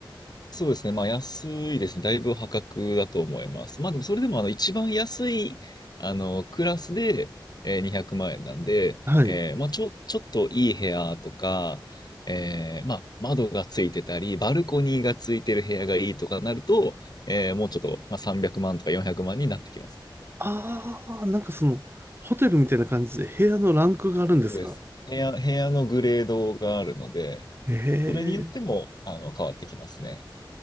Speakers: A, on the left; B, on the right.
A: そうですね。まあ、安いですね。だいぶ破格だと思います。まあ、でもそれでも、あの、一番安い、あの、クラスで、えー、200万円なんで、
B: はい。
A: えーまあ、ちょ、ちょっといい部屋とか、えーまあ、窓がついてたり、バルコニーがついてる部屋がいいとかなると、えーもうちょっと、まあ、300万とか400万になってきますね。
B: ああ、なんかその、ホテルみたいな感じで部屋のランクがあるんですか
A: そうです。部屋、部屋のグレードがあるので、
B: ええ
A: それによっても、あの、変わってきますね。